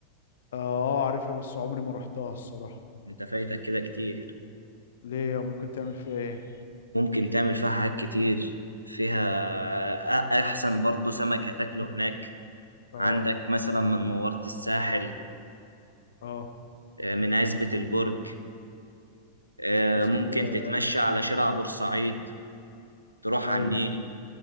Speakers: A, on the left (about 60°); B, on the right (about 85°).
A: اه آه، عارفها بس عمري ما رحتها الصراحه
B: أنت فايتك كده كتير
A: ليه ممكن تعمل فيها ايه
B: ممكن تعمل فيها حاجات كتير فيها أ- أحسن برضو سمك هتاكله هناك
A: اه
B: عندك مثلا من منورة الساحل
A: اه
B: آه، من عزبة البرج آه،
A: عزبة
B: ممكن
A: البقر
B: تتمشى
A: اه
B: على شارع بورسعيد تروح
A: ايوه
B: على النيل